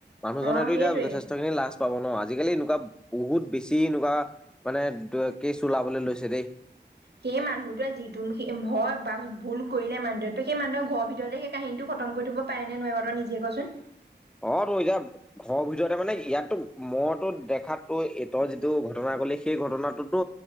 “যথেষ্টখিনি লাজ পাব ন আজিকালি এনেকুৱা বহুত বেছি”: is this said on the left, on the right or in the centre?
Centre